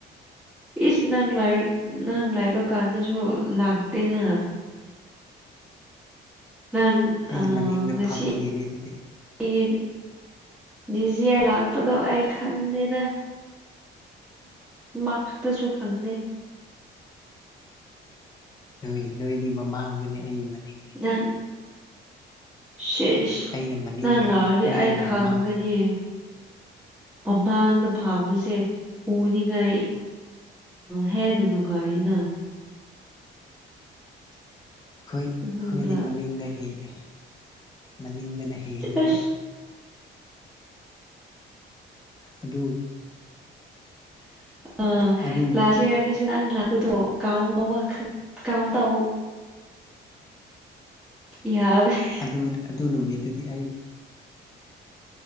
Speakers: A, in the centre; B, on the left.
A: ꯏꯁ ꯅꯪ ꯅꯪ ꯂꯩꯕ ꯀꯥꯟꯗꯁꯨ ꯂꯥꯛꯇꯦꯅ ꯅꯪ
B: ꯑꯩ
A: ꯑ
B: ꯃꯅꯤꯡꯗ
A: ꯉꯁꯤ
B: ꯐꯝꯕꯒꯤꯅꯤ ꯑꯗꯨꯗꯤ
A: ꯑꯩꯒꯤ <unintelligible> ꯗꯤꯖꯤꯌꯥ ꯂꯥꯛꯄꯗꯣ ꯑꯩ ꯈꯪꯗꯦꯗ ꯃ ꯈꯛꯇꯁꯨ ꯈꯪꯗꯦ
B: ꯅꯣꯏ ꯅꯣꯏꯗꯤ ꯃꯃꯥꯡꯗꯅꯦ ꯑꯩꯒꯤ ꯃꯅꯤꯡꯗꯅꯤ
A: ꯪ ꯁꯦꯁ
B: ꯑꯩꯅ ꯃꯅꯤꯡꯗ
A: ꯅꯪ ꯂꯥꯛꯑꯣꯗꯤ
B: ꯅꯣꯏꯅ
A: ꯑꯩ ꯈꯪꯒꯅꯤ
B: ꯃꯃꯥꯡ
A: ꯃꯃꯥꯡꯗ ꯐꯥꯝꯕꯁꯦ ꯎꯅꯤꯡꯉꯥꯏ ꯍꯦꯟꯅ ꯅꯨꯡꯉꯥꯏꯔꯤꯅ
B: ꯑꯩꯈꯣꯏ ꯑꯩꯈꯣꯏꯗꯤ
A: ꯑꯩꯉꯣꯟꯗ
B: ꯃꯅꯤꯡꯗ ꯍꯦꯜꯜꯂꯤꯦ ꯃꯅꯤꯡꯗꯅ ꯍꯦꯜꯜꯂꯤꯦꯕ
A: ꯑꯁ
B: ꯑꯗꯨ
A: ꯑ
B: ꯑꯗꯨꯝ
A: ꯂꯥꯁ ꯏꯌꯥꯔꯗꯁꯨ ꯅꯪ ꯂꯥꯛꯗꯣ ꯀꯥꯎꯟ ꯀꯥꯎꯟ ꯇ ꯌꯥꯕꯅꯤ
B: ꯑꯗꯨ ꯑꯗꯨ ꯅꯨꯃꯤꯠꯇꯨꯗꯤ ꯑꯩ <inaudible>